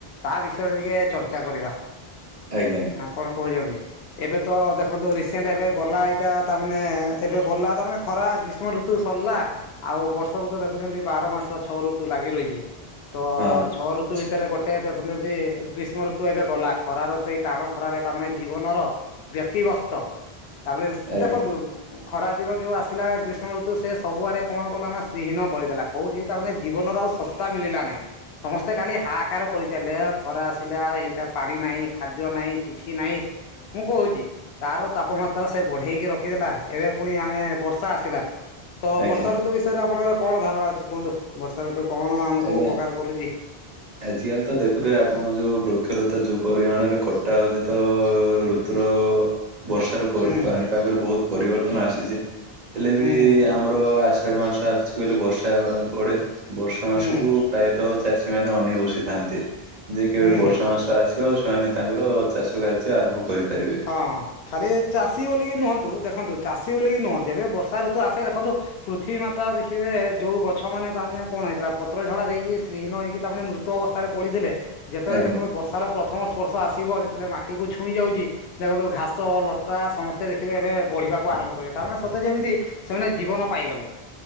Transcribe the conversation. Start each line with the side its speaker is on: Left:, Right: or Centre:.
Left: ତା ବିଷୟରେ ଟିକେ ଚର୍ଚ୍ଚା କରିବା
Right: ଆଜ୍ଞା
Left: ନା କଣ କହୁଛନ୍ତି? ଏବେ ତ ଦେଖନ୍ତୁ ରିସେଣ୍ଟ ଏବେ ଗଲା ଏଇଟା ତାମାନେ ଏବେ ଗଲା ତାମାନେ ଖରା ଗ୍ରୀଷ୍ମ ଋତୁ ସ ଲା ଆଉ ବର୍ଷକୁ ତ ଦେଖୁଛନ୍ତି ବାର ମାସ ଛଅ ଋତୁ ଲାଗି ରହିଛି ତ
Right: ହଁ ଆଚ୍ଛା
Left: ଛଅ ଋତୁ ଭିତରେ ଗୋଟେ ଦେଖୁଛନ୍ତି ଗ୍ରୀଷ୍ମ ଋତୁ ଏବେ ଗଲା ଖରାର ସେଇ ଟାଣ ଖରାରେ ତା ମାନେ ଜୀବନର ବ୍ୟତିବ୍ୟସ୍ତ ତାପରେ
Right: ଆଜ୍ଞା
Left: ଦେଖନ୍ତୁ ଖରାଦିନ ଯେଉଁ ଆସିଲା ଗ୍ରୀଷ୍ମ ଋତୁ ସେ ସବୁଆଡ଼େ କଣ କଲା ନା ଶ୍ରୀହୀନ କରିଦଲା କେଉଁଠି ବି ତାମାନେେ ଜୀବନର ଆଉ ସତା ମିଳିଲା ନାହିଁ। ସମସ୍ତେ ତେ ଖାଲି ହାହାକାର କରିଚାଲିଲେ ଖରା ଆସିଲା ଏଇଟା ପାଣି ନାହିଁ ଖାଦ୍ୟ ନାହିଁ କିଛି ନାହିଁ। ମୁଁ କହୁଛି ତାର ତାପମାତ୍ରା ସେ ବଢ଼େଇକି ରଖିଦେଲା ଏବେ ପୁଣି ଆମେ ବର୍ଷା ଆସିଲା ତ
Right: ଆଜ୍ଞା
Left: ବର୍ଷା ଋତୁ ବିଷୟରେ ଆପଣଙ୍କର କଣ ଧାରଣା ଅଛି କୁହନ୍ତୁ ବର୍ଷା ଋତୁ କଣ ଆମକୁ
Right: ଆଜ୍ଞା।
Left: ଉପକାର କରୁଛି?
Right: ଆଜିକାଲି ତ ଦେଖୁଥିବେ ଆପଣ ଯୋଉ ବୃକ୍ଷଲତା ଯୋଉ ପରିମାଣରେ କଟା ହଉଛି ତ ଅ ଋତୁର ବର୍ଷାର
Left: ହୁଁ
Right: ପାଣିପାଗରେ ବହୁତ ପରିବର୍ତ୍ତନ ଆସିଛି। ହେଲେ
Left: ହୁଁ
Right: ବି ଆମର ଆଷାଢ଼ ମାସ ଆସିଛି କହିଲେ ବର୍ଷା ହେ ପଡେ ଆ ମାସକୁ
Left: ହୁଁ
Right: ପ୍ରାୟତଃ ଚାଷୀ ମାନ ଅନେଇ ବସିଥାନ୍ତି ଯେ କେବେ
Left: ହୁଁ।
Right: ବର୍ଷା ମାସ ଆସି ବ ସେମାନେ ତାଙ୍କର ଚାଷ କାର୍ଯ୍ୟ ଆରମ୍ଭ କରିପାରିବେ।
Left: ହଁ ଖାଲି ଚାଷୀ ବୋଲି ବିକି ନୁହନ୍ତୁ ଦେଖନ୍ତୁ ଚାଷୀ ବୋଲିକି ନୁହନ୍ତିୁ ଏବେ ବର୍ଷା ଋତୁ ଆସେ ଦେନ୍ତୁ ପୃଥିବୀ ମାତା ଦେଖିବେ ଯୋଉ ଗଛ ମାନେ ତାମାନେ କଣ ହେଇଥିଲା ପତ୍ର ଝଡା ଦେଇକି ସ୍ତ୍ରୀହୀନ ହେଇକି ତାମାନେ ମୃତ ଅବସ୍ଥାରେ ପଡ଼ିଥିଲେ। ଯେତେବେଳେ
Right: ଆଜ୍ଞା
Left: ଦେଖନ୍ତୁ ବର୍ଷାର ପ୍ରଥମ ସ୍ପର୍ଶ ଆସିବ ଯେତେବେଳେ ମାଟିକୁ ଛୁଇଁ ଯାଉଛି କିନ୍ତୁ ଘାସ ଲଟା ସମସ୍ତେ ଦେଖିବେ ଏବେ ବଢିବାକୁ ଆରମ୍ଭ କରିବେ ତାମାନେ ସତେ ଯେମିତି ସେମାନେ ଜୀବନ ପାଇଗଲେ